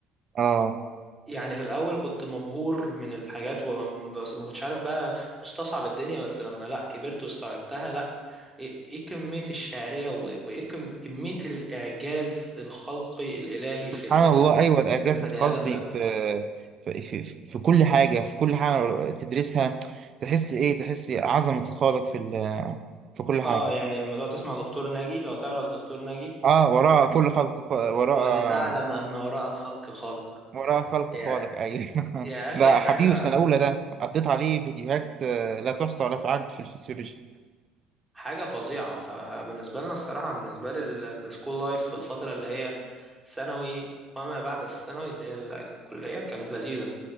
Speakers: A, on the right; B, in the centre.
A: اه
B: يعني في الاول كنت مبهور من الحاجات و- بس ما كنتش عارف بقى مستصعب الدنيا بس لما لا كبرت واستوعبتها لا ايه إيه كمية الشعرية و- وايه كم- كمية الاعجاز الخلقي الالهي
A: سبحان
B: في في
A: الله
B: ال-
A: ايوه الاعجاز
B: في البني
A: الخلقي
B: ادم ده
A: في في في في كل حاجه في كل حاجه تدرسها تحس ايه تحس عظمه الخالق في ال- في كل حاجه
B: اه يعني لما تقعد تسمع دكتور ناجي لو تعرف دكتور ناجي
A: اه وراء كل خلق وراء
B: ولتعلم ان وراء الخلق خالق
A: وراء خلق
B: يا
A: خالق ايوه <laughs>
B: يا اخي
A: ده
B: حاجة
A: حبيبي في سنه اولى ده قضيت عليه فيديوهات آه، لا تحصى ولا تعد في الفسيولوجي
B: حاجة فظيعة فبالنسبة لنا الصراحة بالنسبة لي السكول لايف في الفترة اللي هي ثانوي وما بعد الثانوي اللي هي الكلية كانت لذيذة